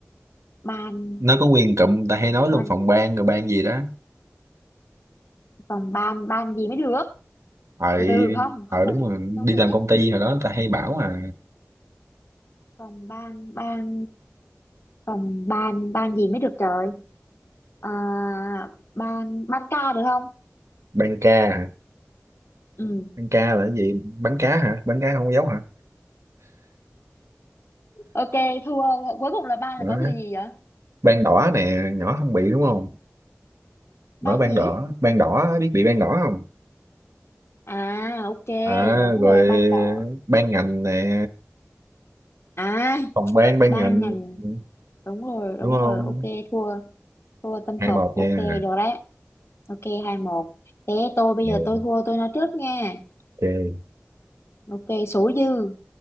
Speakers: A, on the left; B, on the right.
A: ban
B: nó có quyền cụm ta hay nói luôn
A: ban
B: phòng ban rồi ban gì đó
A: phòng ban ban gì mới được
B: ờ
A: từ từ không
B: ờ
A: không cần
B: đúng rồi
A: không
B: đi
A: cần
B: làm
A: nhất
B: công ty hồi đó ta hay bảo à
A: phòng ban ban phòng ban ban gì mới được trời à, ban ban ca được không
B: ban ca hả
A: ừ
B: ban ca là cái gì bán cá hả bán cá không dấu hả
A: ok thua cuối cùng là ban
B: đó.
A: là có từ gì vậy
B: ban đỏ nè nhỏ không bị đúng không
A: ban
B: mở ban
A: gì
B: đỏ ban đỏ biết bị ban đỏ không
A: à ok
B: à
A: đúng
B: rồi
A: rồi ban đỏ
B: ban ngành nè
A: à
B: phòng bán bán
A: ban
B: ngành
A: ngành
B: ừ,
A: đúng rồi đúng
B: đúng không
A: rồi ok thua thua tâm
B: hai
A: phục
B: một
A: ok
B: nha
A: được đấy ok hai một thế tôi bây giờ
B: Ừ,
A: tôi thua tôi nói trước nha
B: ok
A: ok số dư